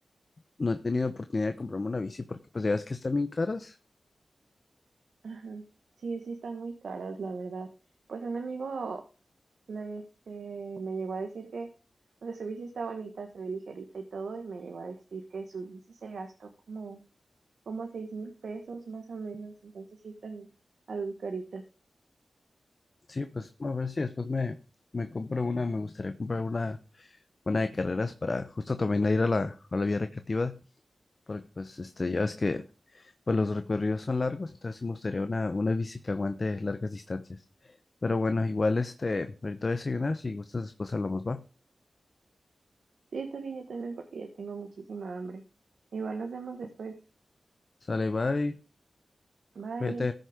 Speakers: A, on the left; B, on the right.
A: no he tenido oportunidad de comprarme una bici porque pues ya ves que están bien caras
B: Ajá. Sí, sí están muy caras, la verdad. Pues un amigo le- este, me llegó a decir que, o sea, su bici está bonita, se ve ligerita y todo, y me llegó a decir que su bici se gastó como, como seis mil pesos más o menos, entonces sí están algo caritas.
A: Sí, pues bueno, a ver si después me, me compro una, me gustaría comprar una, una de carreras para justo también ir a la, a la vía recreativa, porque pues este, ya ves que pues los recorridos son largos, entonces sí me gustaría una, una bici que aguante largas distancias. Pero bueno, igual este, ahorita voy a desayunar, si gustas después hablamos, va.
B: Sí, está bien, yo también porque ya tengo muchísima hambre. Igual nos vemos después.
A: Sale, bye,
B: Bye.
A: vete.